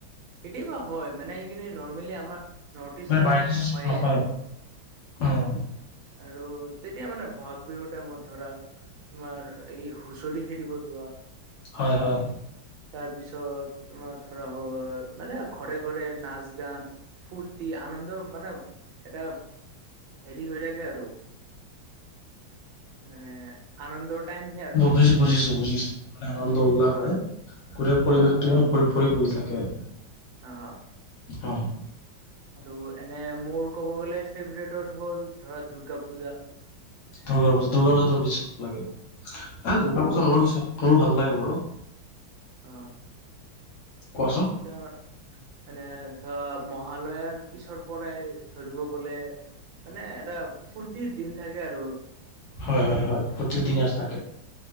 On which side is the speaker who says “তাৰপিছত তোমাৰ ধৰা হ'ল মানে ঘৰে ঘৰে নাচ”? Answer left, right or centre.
Right